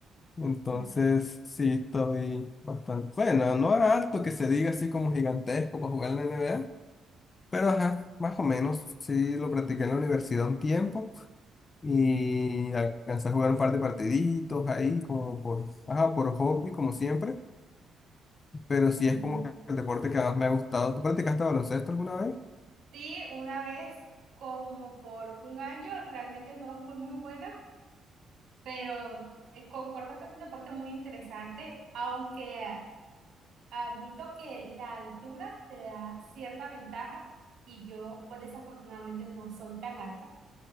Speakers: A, on the left; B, on the right.
A: Entonces
B: Ah,
A: sí, estoy bastante... Bueno, no alto que se diga así como gigantesco para jugar en la NBA. Pero ajá, más o menos. Sí, lo practiqué en la universidad un tiempo. Y alcancé a jugar un par de partiditos ahí, como por, ajá, por hobby, como siempre. Pero
B: oh.
A: sí es como que el deporte que más me ha gustado. ¿Tú practicaste baloncesto alguna vez?
B: Sí, una vez como por un año realmente no fui muy buena, pero eh, concuerdo que es un deporte muy interesante, aunque Admito que la altura te da cierta ventaja y yo pues desafortunadamente no soy tan alta,